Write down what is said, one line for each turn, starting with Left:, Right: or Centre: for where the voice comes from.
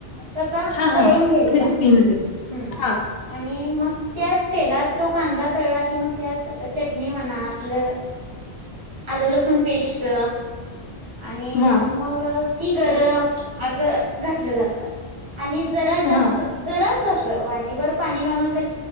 Right: तसा
Left: हा हा
Right: तळून घ्यायचा
Left: क्रिस्पी मध्ये
Right: हम्म
Left: हा
Right: आणि मग मग त्याच तेलात तो कांदा तळला की मग त्यात चटणी म्हणा आपलं आलं लसून पेस्ट आणि
Left: हा
Right: मग ती गर असं घातलं जातं. आणि जरा जास्त
Left: हा
Right: जराच अस वाटीभर पाणी घालून